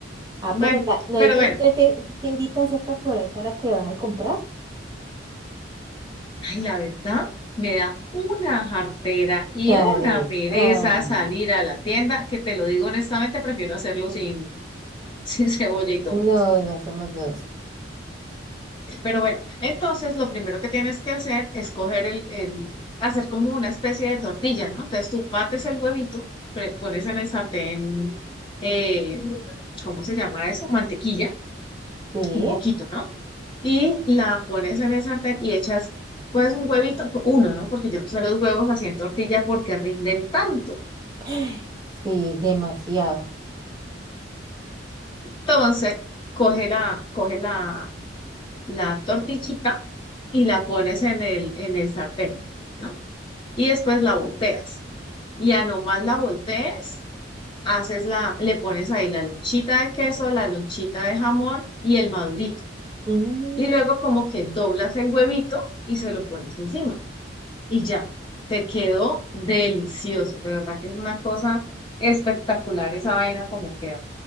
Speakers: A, on the right; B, on the left.
A: Ah,
B: Bueno,
A: pero la- no
B: pero
A: hay ten-
B: bueno,
A: te- tiendita cerca por ahí para que vas a comprar.
B: ay, la verdad, me da una jartera y
A: Dale.
B: una pereza
A: Ay,
B: salir a la tienda, que te lo digo honestamente, prefiero hacerlo sin, <laughs> sin cebolla y todo.
A: no, ya somos dos.
B: Pero bueno, entonces lo primero que tienes que hacer es coger el, el- hacer como una especie de tortilla, ¿no? Entonces tú bates el huevito, pre- pones en el sartén, eh, ¿cómo se llama eso? Mantequilla,
A: Sí,
B: un poquito, ¿no? y la pones en el sartén y echas pues un huevito, uno, ¿no? Porque yo no sé los huevos así en tortilla porque rinden tanto.
A: <gasps> sí, demasiado.
B: Entonces, coge la, coge la, la tortillita y la pones en el, en el sartén, ¿no? Y después la volteas. Y a nomás la voltees, haces la, le pones ahí la lonchita de queso, la lonchita de jamón y el madurito.
A: Mm,
B: Y luego como que doblas el huevito y se lo pones encima. y ya, te quedó delicioso. De verdad que es una cosa espectacular esa vaina como queda.